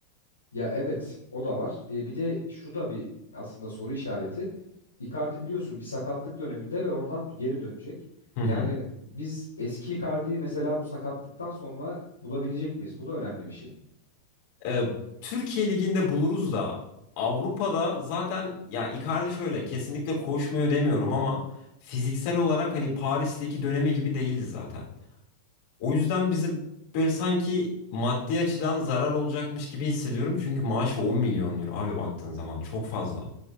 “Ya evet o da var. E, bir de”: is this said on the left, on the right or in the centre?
Left